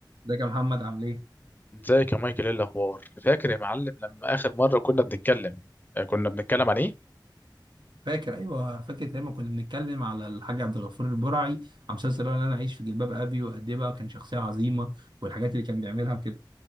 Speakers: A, on the right; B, on the left.
A: ازيك يا محمد عامل ايه؟
B: ازيك يا مايكل ايه الاخبار فاكر يا معلم لما اخر مره كنا بنتكلم آه، كنا بنتكلم عن ايه
A: فاكر ايوه فاكر لما كنا بنتكلم على الحاج عبد الغفور البرعي على مسلسل اللي انا عايش في جلباب ابي وقد ايه بقى كان شخصيه عظيمه والحاجات اللي كان بيعملها وكده